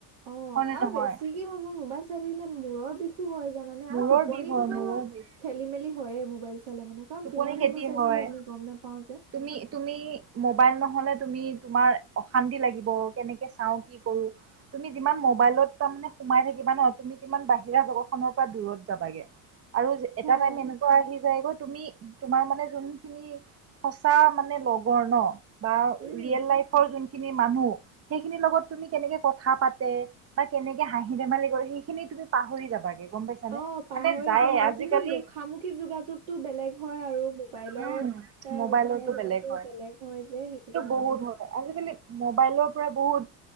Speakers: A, on the right; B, on the right.
A: অ
B: হয় নে
A: আৰু
B: নহয়
A: বেছিকৈ সময় মোবাইল চাই থাকিলে মূৰৰ বিষ। হয় জানানে আৰু
B: মূৰৰ
A: টোপনিটোতো
B: বিষ হয় মূৰৰ বিষ
A: খেলি মেলি হয়ে মোবাইল। চালে মানে কাৰণ
B: টোপনি
A: কিমান
B: খতি
A: সময় চাইছো
B: হয়,
A: আমি গম নাপাও যে
B: তুমি তুমি মোবাইল নহলে তুমি তোমাৰ অশান্তি লাগিব কেনেকে চাও কি কৰো, তুমি যিমান মোবাইলত তাৰমানে সোমাই থাকিব কিমানৰ তুমি কিমান বাহিৰা জগত খনৰ পৰা দূৰত যাবাগে। আৰু এটা
A: সেয়াই
B: টাইম এনেকুৱা আহি যায়গৈ তুমি। তোমাৰ মানে যোনখিনি সঁচা মানে লগৰ ন। বা
A: উম
B: ৰিয়েল লাইফৰ যোন খিনি মানুহ, সেইখিনিৰ লগত তুমি কেনেকে কথা পাতে, বা কেনেকে হাঁহি ধেমালি কৰে সেইখিনি তুমি পাহৰি যাবাগে। গম পাইছানে
A: অ পাহৰি
B: মানে যায়ে
A: যোৱা হয়
B: আজিকালি
A: কিন্তু মুখামুখি যোগাযোগতটো বেলেগ হয় আৰু। মোবাইলৰ
B: উম
A: দ্বাৰা
B: মোবাইলতো
A: ব্যৱহাৰ কৰাটো
B: হয়
A: বেলেগ হয় যে সেইটো কাৰণে।
B: বহুত হয় আজিকালি মোবাইলৰ পৰা বহুত